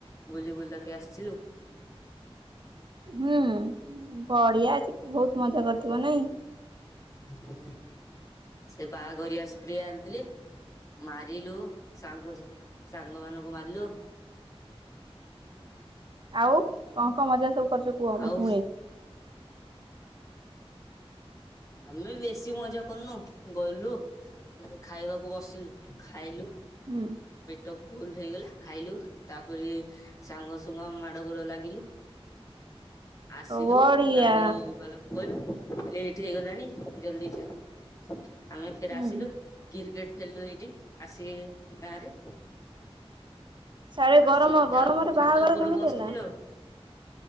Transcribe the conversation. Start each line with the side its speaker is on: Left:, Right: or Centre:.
Left: ବୁଲି ବୁଲକି ଆସିଲୁ।
Right: ହୁଁ ବଢିଆ ଅଛି ବହୁତ ମଜା କରିଥିବ ନାଇଁ।
Left: ହ ସେ ବାହାଘରିଆ ସ୍ପ୍ରରେ ଆଣିଥିଲେ ମାରିଲୁ। ସାଙ୍ଗ <unintelligible> ସାଙ୍ଗ ମାନଙ୍କୁ ମାରିଲୁ।
Right: ଆଉ କଣ-କଣ ମଜା ସବୁ କରିଚ କୁହ
Left: ଆଉ
Right: ମୁଁ ଶୁଣେ।
Left: ଆମେ ବେଶୀ ମଜା କରିନୁ, ଗଲୁ ଖାଇବାକୁ ବସିଲୁ ଖାଇଲୁ
Right: ହୁଁ।
Left: ପେଟ ଫୁଲ୍ ହେଇଗଲା ଖାଇଲୁ, ତାପରେ ସାଙ୍ଗସୁଙ୍ଗ ମାଡ ଗୋଳ ଲାଗିଲୁ, ଆସିଲୁ
Right: ବଢିଆ
Left: ଗାଡି ବାଲା କହିଲୁ ଲେଟ୍ ହେଇଗଲାଣି ଜଲ୍ଦି ଚାଲ୍, ଆମେ ଫେରେ
Right: ହୁଁ
Left: ଆସିଲୁ। କିର୍କେଟ୍ ଖେଳିଲୁ ଏଇଠି ଆସି ଗାଁରେ।
Right: ସାଡେ ଗରମ
Left: ଆସିକି
Right: ଗରମରେ
Left: ତାପରେ ଛାତ
Right: ବାହାଘର
Left: ଉପରେ
Right: କେମିତି
Left: ବସିଥିଲି
Right: ହେଲା?
Left: ଆଉ